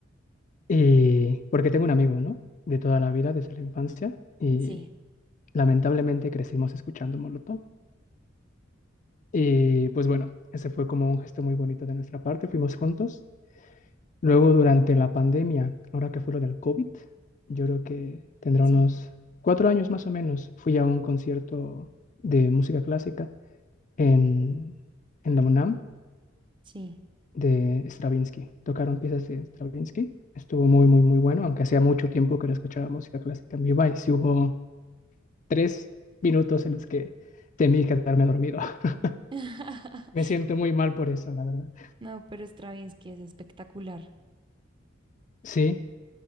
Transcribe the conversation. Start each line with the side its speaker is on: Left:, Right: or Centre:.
Left: Y porque tengo un amigo, ¿no? De toda la vida, desde la infancia. Y
Right: Sí,
Left: lamentablemente crecimos escuchando Molotov. Y pues bueno, ese fue como un gesto muy bonito de nuestra parte, fuimos juntos. Luego durante la pandemia, ahora que fue lo del COVID, yo creo que tendrá
Right: sí,
Left: unos cuatro años más o menos, fui a un concierto de música clásica en, en la UNAM
Right: sí.
Left: de Stravinsky. Tocaron piezas de Stravinsky, estuvo muy, muy, muy bueno, aunque hacía mucho tiempo que no escuchaba música clásica en vivo y sí hubo tres minutos en los que temí quedarme dormido. <laughs>
Right: <laughs>
Left: Me siento muy mal por eso, la verdad.
Right: No, pero Stravinsky es espectacular.
Left: Sí,